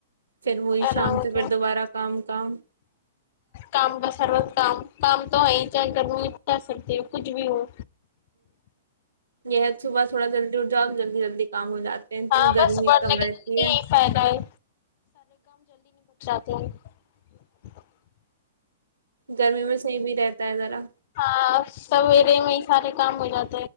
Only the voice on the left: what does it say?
آرام
ہوتا
کام کا سروت کام کام تو ہے ہی چاہے گم جا سکتی ہو کچھ بھی ہو
ہاں
بس بڑھنے
کا زندگی
یہی فائدہ ہے ت <unintelligible>
ہاں سویرے میں سارے کام ہو جاتا